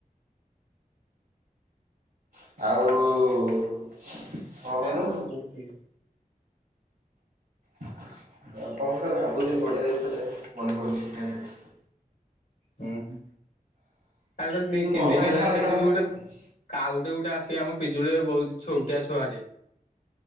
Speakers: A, on the right (about 75°); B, on the left (about 85°).
A: ଆଉ କଣ
B: ଏୟା ଆଉ ବହୁତ ଇଏ।
A: ଆପଣଙ୍କ କଥା ଭାବୁଥିଲି, ବଢ଼ିଆ ଜିନିଷଟାଏ ମନେ ପଡ଼ୁନି <unintelligible>
B: ହୁଁ ହୁଁ। ଆ ତ ଦି
A: ଏ
B: ତିନ
A: ବର୍ଷା
B: ଦିନି ହେଲାଣି
A: ଦିନ ଅଧିକା
B: ଦେଖୁଛୁ
A: ହୁଏ
B: ଗୋଟେ କାଉଟେ ଗୋଟେ ଆସିକି ଆମ ପିଜୁଳିରେ ବଉଚି, ଛୋଟିଆ ଛୁଆଟେ।